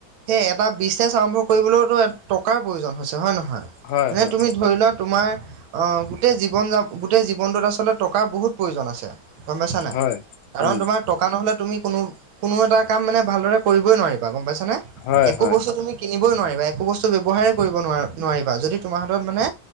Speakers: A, on the right; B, on the left.
A: সেইয়ে এটা বিজনেচ আৰম্ভ কৰিবলৈওতো টকাৰ প্ৰয়োজন হৈছে হয় নহয়
B: হয়,
A: মানে
B: হয়।
A: তুমি ধৰি লোৱা তোমাৰ অহ গোটেই জীৱন জা গোটেই জীৱনটোত আচলতে টকাৰ বহুত প্ৰয়োজন আছে গম পাইছা নাই
B: হয়,
A: কাৰণ
B: উম,
A: তোমাৰ টকা নহ'লে তুমি কোনো কোনো এটা কাম মানে ভালদৰে কৰিবই নোৱাৰিবা গম পাইছা নে
B: হয়,
A: একো
B: হয়,
A: বস্ত তুমি কিনিবই নোৱাৰিবা একো বস্তু ব্যৱহাৰে কৰিব নোৱাৰ নোৱাৰিবা যদি তোমাৰ হাতত মানে